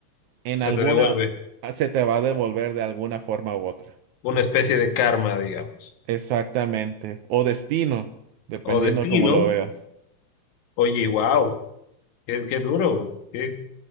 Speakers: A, on the right (about 75°); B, on the left (about 85°).
A: en
B: Se
A: alguna
B: te devuelve
A: ah, se te va a devolver de alguna forma u otra.
B: una especie de karma, digamos.
A: Exactamente. O destino, dependiendo
B: O destino.
A: cómo lo veas.
B: Oye, wow. Qué, qué duro. qué-